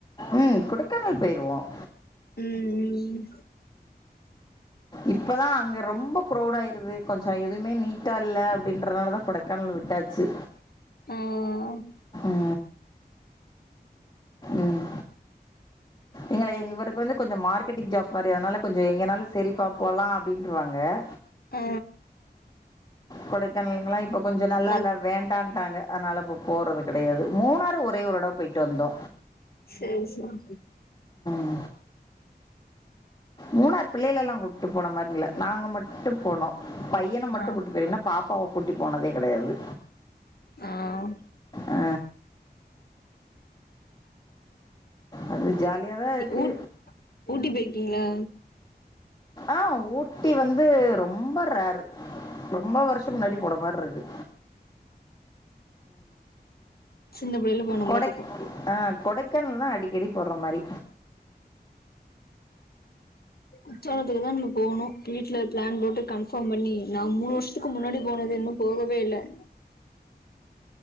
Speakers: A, on the left; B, on the left.
A: ம் கொடைக்கானல் போயிடுவோம்
B: உம்
A: இப்பதா அங்க ரொம்ப க்ரௌட யிருக் இருது கொஞ்ச எதுவுமே நீட்டா இல்ல அப்படின்றதுனாலதா கொடைக்கானல விட்டாச்சு
B: அ அ அ
A: அ உம் ஏங்க இவருக்கு வந்து கொஞ்சோ மார்க் பெண்டிங்ஜாப் மாரி அதனால கொஞ்சோ எங்கனாலு சரிப்பா போலா அப்படின்றுவாங்க ஏ
B: ஆ
A: கொடைக்கானலுங்களா இப்ப கொஞ்சோ நல்லா
B: மத்
A: இல்ல வேண்டான் இருக்காங்க அதனால இப்போ போறது கிடையாது மூணாறு ஒரே ஒரு தட போய்ட்டு வந்தோ
B: சேரி சேரி
A: உம் மூணறு பிள்ளைகள எல்லாம் கூப்பிட்டு போன மாரி இல்லை நாங்கள் மட்டும் போனோம் பையனை மட்டும்
B: ஆ
A: கூட்டு போன பாப்ப பாப்பாவகூட்டி போனதே கிடையாது
B: ஆஹ்
A: ஆ, அது ஜாலியாதான் இருக்கு
B: ஊட் ஊட்டி போயிருக்கீங்களா
A: ஆஹ் ஊட்டி வந்து ரொம்ப ரரு ரொம்ப வருஷம் முன்னாடி போன மாரி இருக்கு
B: சின்ன பிள்ளைல போன
A: கொடைக்க
B: மாரி இருக்கு
A: ஆஹ் கொடைக்கனால் தான் அடிக்கடி போடுற மாதிரி
B: உச்சோணத்துக்கு தான் நம்ம போகணும் வீட்டுல பிளான் போட்டு கன்ஃபார்ம் பண்ணி நான் மூணு வருஷத்துக்கு முன்னாடி போனது இன்னும் போகவே இல் <unintelligible>